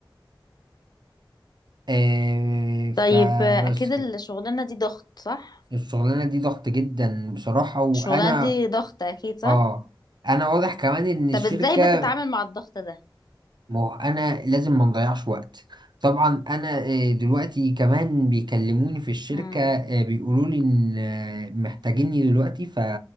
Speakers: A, on the right; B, on the left.
A: آه، فبس
B: طيب اكيد
A: كده
B: الشغلانة دي ضغط صح
A: الشغلانة دي ضغط جدا بصراحة وأنا
B: الشغلانة دي ضغط اكيد صح
A: آه انا واضح كمان ان الشركة
B: طب ازاي بتتعامل مع الضغط ده
A: ما هو انا لازم ما نضيعش وقت طبعا انا آه، دلوقتي كمان بيكلموني في الشركة
B: امم
A: آه، بيقولوا لي ان آه، محتاجيني دلوقتي ف